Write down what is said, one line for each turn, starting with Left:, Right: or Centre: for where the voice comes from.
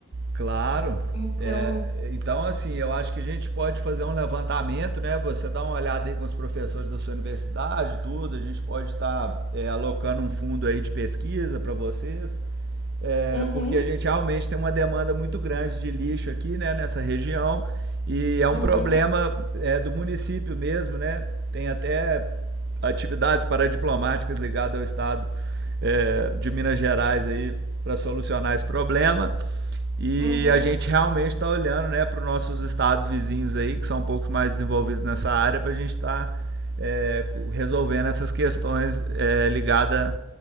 Right: Claro.
Left: Então,
Right: É, então, assim, eu acho que a gente pode fazer um levantamento, né? Você dá uma olhada aí com os professores da sua universidade, tudo. A gente pode estar é, alocando um fundo aí de pesquisa para vocês, é,
Left: uhum,
Right: porque a gente realmente tem uma demanda muito grande de lixo aqui, né? Nessa região e é um
Left: uhum,
Right: problema é, do município mesmo, né? Tem até atividades paradiplomáticas ligadas ao estado é, de Minas Gerais aí para solucionar esse problema. E
Left: uhum.
Right: a gente realmente está olhando né, para os nossos estados vizinhos aí, que são um pouco mais desenvolvidos nessa área, para a gente estar tá, é, resolvendo essas questões é, ligadas